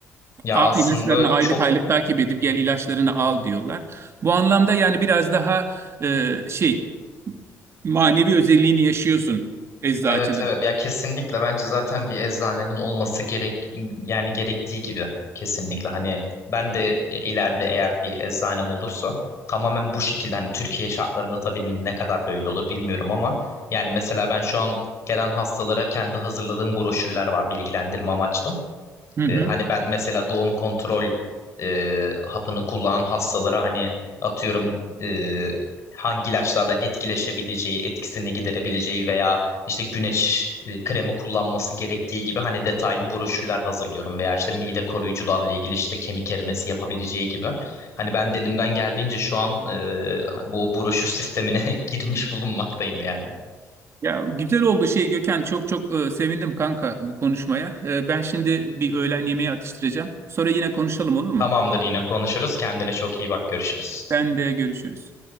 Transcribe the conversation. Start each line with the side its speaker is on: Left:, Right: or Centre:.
Left: Ya
Right: A,
Left: aslında
Right: ilaçlarını aylık
Left: çok
Right: aylık takip edip gel ilaçlarını al diyorlar. Bu anlamda yani biraz daha e, şey manevi özelliğini yaşıyorsun eczacılığın.
Left: evet evet ya kesinlikle bence zaten bir eczanenin olması gerek yani gerektiği gibi kesinlikle hani ben de ileride eğer bir eczanem olursa tamamen bu şekilde hani Türkiye şartlarında tabii ne kadar böyle olur bilmiyorum ama yani mesela ben şu an gelen hastalara kendi hazırladığım broşürler var bilgilendirme amaçlı.
Right: Hı
Left: E,
Right: hı.
Left: hani ben mesela doğum kontrol e, hapını kullanan hastalara hani atıyorum e, hangi ilaçlarla etkileşebileceği, etkisini giderebileceği veya işte güneş e, kremi kullanması gerektiği gibi hani detaylı broşürler hazırlıyorum veya işte mide koruyucularla ilgili işte kemik erimesi yapabileceği gibi. Hani ben de elimden geldiğince şu an e, bu broşür sistemine <laughs> girmiş bulunmaktayım yani.
Right: Ya güzel oldu şey Gökhan çok çok e, sevindim kanka bu konuşmaya. E, ben şimdi bir öğlen yemeği atıştıracağım. Sonra yine konuşalım olur mu?
Left: Tamamdır yine konuşuruz. Kendine çok iyi bak. Görüşürüz.
Right: Ben de görüşürüz.